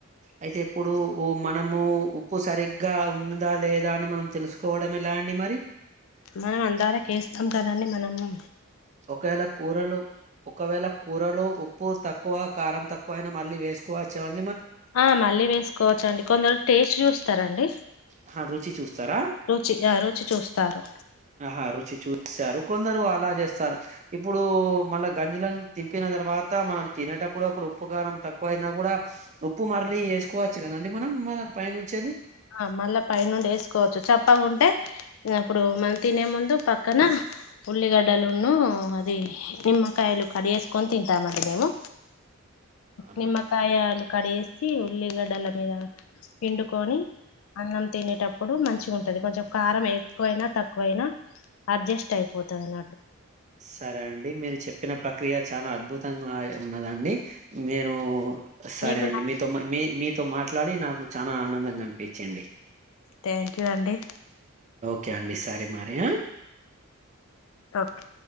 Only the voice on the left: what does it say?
మనం అందార కేస్తాం కదండి మనము
ఆ మళ్ళీ వేసుకోవచ్చ అండి కొందరు టేస్ట్ చూస్త తెరండి
రుచి ఆ రుచి చూస్తారు
ఆ మళ్ళా పై నుండి వేసుకోవచ్చు చెప్పగుంటే అప్పుడు మల్ల తినే ముందు పక్కన ఉల్లిగడ్డలును అది నిమ్మకాయలు కడిగేసుకొని తింటామండి మేము
నిమ్మకాయలు కడిగే సో తి ఉల్లిగడ్డల మీద పిండుకొని అన్నం తినేటప్పుడు మంచిగొంటది కొంచెం కారం ఎక్కువైనా తక్కువైనా అడ్జస్ట్ అయిపోతున్న
మీకు
నా
థ్యాంక్ యు అండి
ఓకే